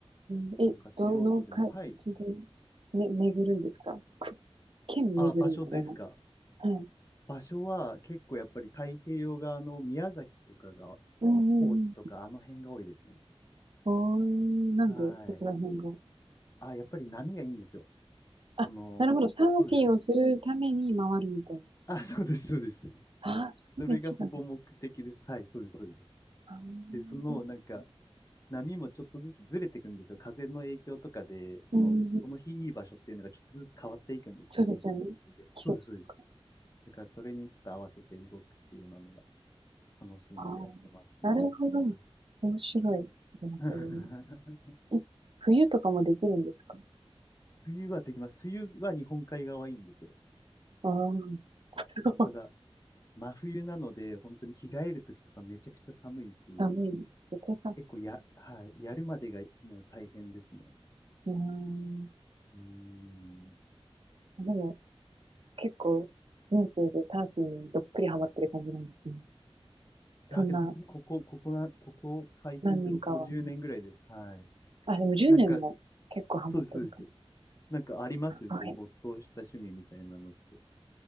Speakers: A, on the right; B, on the left.
A: うんえ、
B: なんか素人でも、
A: どの感じで、
B: はい。
A: め、巡るんですか県巡るみたいな。
B: あ、場所ですか。
A: はい。
B: 場所は結構やっぱり太平洋側の宮崎とかが、
A: うんうんうん。
B: 高知とかあの辺が多いですね。
A: おー、なんでそこら辺が。
B: はい。あ、やっぱり波がいいんですよ。
A: あ、
B: その、
A: なるほど。サーフィンをするために回るみたいな。
B: そうです、そうです。あ、そうです、そうです。
A: ああ、それが一番。
B: それがほぼ目的です。はい、そうです、そうです。
A: あー
B: で、その、なんか、波もちょっとずつずれていくんですよ。風の影響とかで、その、
A: うんうん
B: この日いい場所っていうのがちょっとずつ変わっていくんですね、
A: そうですよね。
B: 日本中で。
A: 季節とか。
B: そうです、そうです。だからそれにちょっと合わせて動くっていうのが楽しいのでやってますね。
A: あーなるほど。
B: はい
A: 面白い。それもそれね
B: <laughs>
A: え、冬とかもできるんですか
B: 冬はできます。冬は日本海側はいいんですよ。
A: ああー、<laughs>
B: ただ、真冬なので、本当に着替える時とかめちゃくちゃ寒いし、
A: 寒い。絶対さ、
B: 結構や、はい、やるまでがもう大変ですね。
A: うーん。
B: うーん。
A: でも、結構、人生でサーフィンにどっぷりハマってる感じなんですね。そんな、
B: いや、けど本当にここ、ここな、ここ最近というか、
A: 何年かは。
B: ここ10年ぐらいです。はい。
A: あ、でも10年も結構ハマってるか
B: なんか、そうです、そうです。なんかありますそういう没頭した趣味みたいなのって。
A: な。はい。